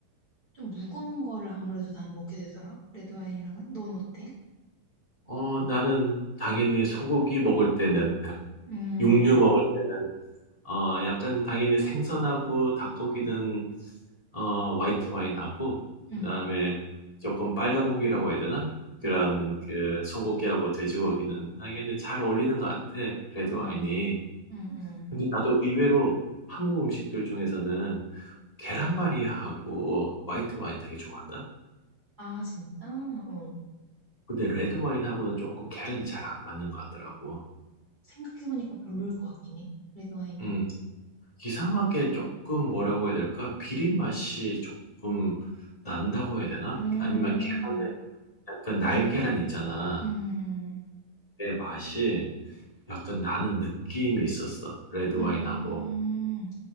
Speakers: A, on the right; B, on the left.
A: 좀 무거운 거를 아무래도 나는 먹게 되더라. 레드 와인이랑은. 넌 어때?
B: 어, 나는 당연히 소고기 먹을 때는 <laughs>
A: 음,
B: 육류 먹을 때는 어, 약간 당연히 생선하고 닭고기는 어, 화이트 와인하고
A: 음,
B: 그다음에 조금 빨간 고기라고 해야 되나? 그런
A: 음,
B: 그 소고기하고 돼지고기는 당연히 잘 어울리는 것 같아. 레드 와인이.
A: 음, 음, 음, 음.
B: 근데 나도 의외로 한국 음식들 중에서는 계란말이하고 화이트 와인 되게 좋아한다.
A: 아, 진짜? 어.
B: 근데 레드 와인하고는 조금 계란이 잘 안 맞는 것 같더라고.
A: 생각해보니까 별로일 것 같긴 해. 레드 와인은.
B: 음. 이상하게 조금 뭐라고 해야 될까? 비린 맛이 조금 난다고 해야 되나?
A: 음,
B: 아니면 계란에 약간 날계란 있잖아.
A: 음, 음,
B: 그 맛이 약간 나는 느낌이 있었어. 레드 와인하고.
A: 음.